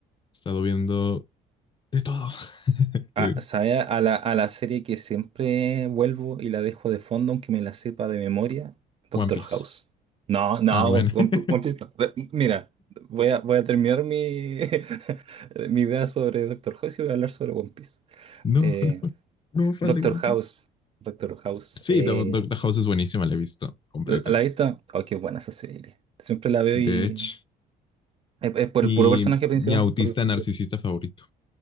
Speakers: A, on the left; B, on the right.
A: estado viendo de todo. <laughs> Te
B: A,
A: digo,
B: ¿sabe? A la, a la serie que siempre vuelvo y la dejo de fondo, aunque me la sepa de memoria, Doctor
A: One Piece.
B: House. No, no,
A: Ah, bueno.
B: One
A: <laughs>
B: One Piece no. Ve- Mira, voy a, voy a terminar mi, <laughs> mi idea sobre Doctor House y voy a hablar sobre One Piece.
A: No,
B: Eh,
A: no, no, fan
B: Doctor
A: de One
B: House,
A: Piece.
B: Doctor House.
A: Sí,
B: eh,
A: Do- Doctor House es buenísima, la he visto completa.
B: ¿la, la he visto? Oh, qué buena esa serie. Siempre la veo
A: De
B: y
A: hecho,
B: es, es por
A: y
B: el puro personaje principal.
A: mi autista
B: por-
A: narcisista favorito.